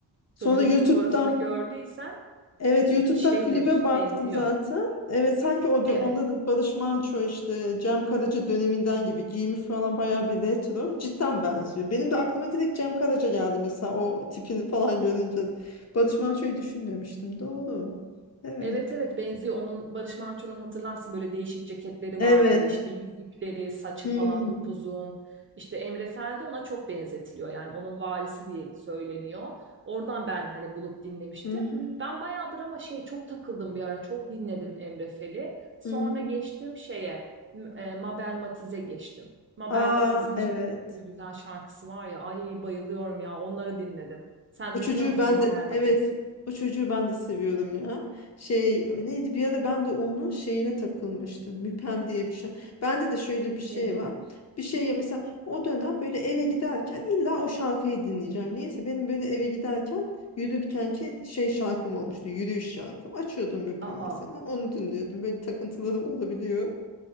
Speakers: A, on the left; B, on the right.
A: Sonra
B: Çocuğun
A: YouTube'dan
B: fotoğrafını gördüysen
A: Evet YouTube'dan
B: e, şeydir,
A: klibe baktım
B: benziyor.
A: zaten. Evet sanki o da
B: Evet.
A: onda da Barış Manço işte Cem Karaca döneminden gibi giyimi falan bayağı bir retro. Cidden benziyor. Benim de aklıma direkt Cem Karaca geldi mesela o tipini falan görünce. Barış Manço'yu düşünmemiştim. Doğru. Evet.
B: Evet evet benziyor. Onun Barış Manço'nun hatırlarsın böyle değişik ceketleri
A: Evet.
B: vardı. işte yüzükleri, saçı
A: Hmm.
B: falan upuzun. İşte Emre Fel de ona çok benzetiliyor. Yani onun varisi diye söyleniyor. Oradan ben hani bulup dinlemiştim.
A: Hı hı.
B: Ben bayağıdır ama şey çok takıldım bir ara. Çok dinledim Emre Fel'i. Sonra
A: Hı hı.
B: geçtim şeye m- e, Mabel Matiz'e geçtim. Mabel
A: Aa
B: Matiz'in işte
A: evet.
B: bir sürü güzel şarkısı var ya. Ay bayılıyorum ya onları dinledim. Sen
A: O çocuğu
B: dinliyor musun
A: ben
B: Mabel
A: de evet
B: Matiz?
A: o çocuğu ben de seviyordum ya. Şey neydi bir ara ben de onun şeyine takılmıştım. Müpem diye bir şey. Bende de şöyle bir şey
B: Evet.
A: var. Bir şeye mesela o dönem böyle eve giderken illa o şarkıyı dinleyeceğim. Niyeyse benim böyle eve giderken yürürken ki şey şarkım olmuştu. Yürüyüş şarkım. Açıyordum Müpem
B: Aa.
A: mesela. Onu dinliyordum. Böyle takıntılarım olabiliyor.